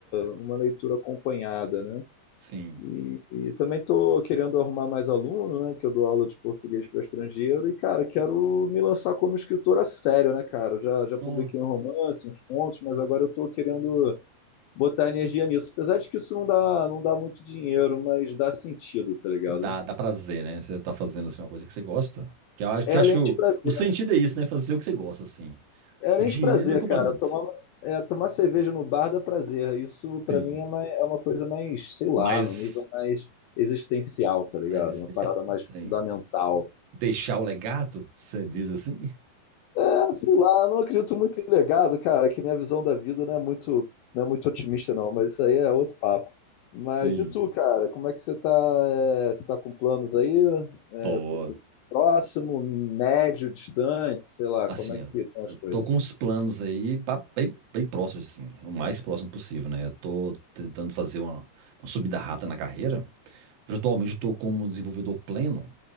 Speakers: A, on the left (about 80°); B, on the right (about 85°).
A: uma leitura acompanhada, né?
B: Sim.
A: E, e também estou querendo arrumar mais aluno, né? Que eu dou aula de português para estrangeiro. E, cara, quero me lançar como escritor a sério, né, cara? Eu Já, já publiquei
B: Ó.
A: um romance, uns contos, mas agora eu estou querendo botar energia nisso. Apesar de que isso não dá, não dá muito dinheiro, mas dá sentido, tá ligado?
B: Dá, dá prazer, né? Você tá fazendo assim, uma coisa que você gosta. Que eu acho
A: É
B: que eu
A: além
B: acho
A: de prazer.
B: o sentido é isso, né? Fazer o que você gosta, assim.
A: É além
B: O dinheiro
A: de prazer,
B: é o complemento.
A: cara. Tomar, é, tomar cerveja no bar dá prazer. Isso, pra
B: Sim.
A: mim, é uma, é uma coisa mais, sei lá,
B: mais
A: no nível mais existencial, tá ligado?
B: mais existencial.
A: Uma parada mais fundamental.
B: Sim. Deixar o legado, você diz assim?
A: Ah, sei lá, eu não acredito muito em legado, cara, que minha visão da vida não é muito, não é muito otimista, não, mas isso aí é outro papo. Mas
B: Sim.
A: e tu, cara, como é que você tá? é, você tá com planos aí? É,
B: Tô.
A: pro futuro próximo, médio, distante, sei lá,
B: Assim,
A: como é
B: eu,
A: que estão as
B: eu
A: coisas?
B: tô com uns planos aí ba- bem, bem próximos, assim. O mais próximo possível, né? Eu tô tentando fazer uma, uma subida rápida na carreira. Hoje, atualmente, eu estou como desenvolvedor pleno,